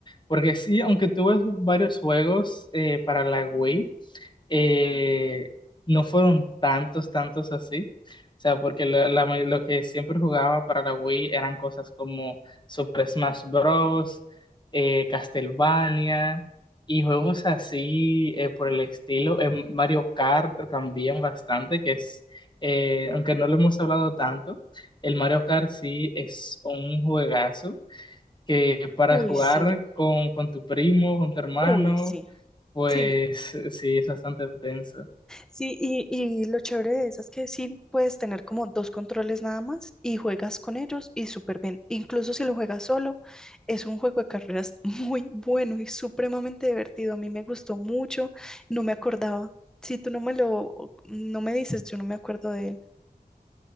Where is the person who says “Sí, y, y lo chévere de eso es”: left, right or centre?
Centre